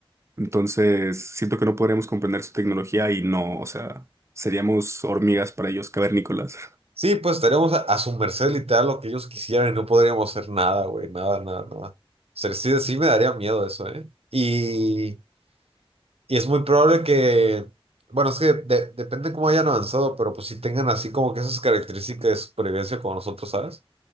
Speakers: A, on the right; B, on the right.
A: Entonces, siento que no podríamos comprender su tecnología y no, o sea, seríamos hormigas para ellos, cavernícolas.
B: Sí, pues estaríamos a, a su merced literal lo que ellos quisieran y no podríamos hacer nada, güey. Nada, nada, nada. O sea, sí, sí me daría miedo eso, ¿eh? Y. Y es muy probable que, bueno, es que de- depende cómo hayan avanzado, pero pues si tengan así como que esas características de supervivencia como nosotros, ¿sabes?